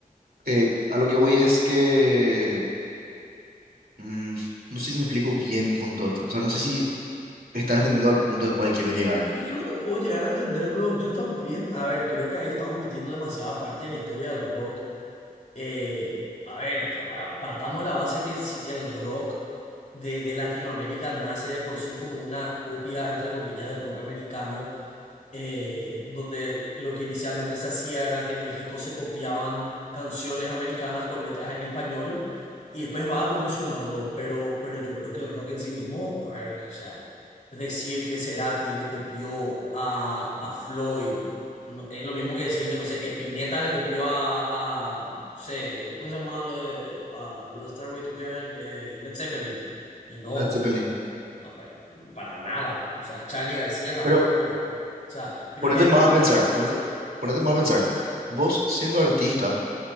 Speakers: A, on the right (about 75°); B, on the left (about 55°).
A: eh, a lo que voy es que, mm, no sé si me explico bien con todo esto, o sea, no sé si estás entendiendo al punto al cual quiero llegar,
B: Y, y creo que puedo llegar a entender, pero yo también, a ver, creo que ahí estamos omitiendo demasiada parte de la historia del rock. Eh, a ver, partamos de la base que si el rock de, de Latinoamérica nace de por sí como una copia, entre comillas, del rock americano, eh, donde lo que inicialmente se hacía era que en México se copiaban canciones americanas con letras en español y después va evolucionando, pero, pero yo creo que el rock en sí mismo, a ver, o sea, decir que Cerati le copió a, a Floyd, no, es lo mismo que decir que, no sé, que Spinetta le copió a, a no sé, ¿cómo se llama lo de, a, lo de Stairway to Heaven? Eh, Led Zeppelin. Y no,
A: Led Zeppelin,
B: no, pa- para nada. O sea, Charlie García tampoco.
A: pero
B: O sea, creo
A: ponete
B: que hay,
A: más a pensar, ponete, ponete más a pensar, vos siendo artista,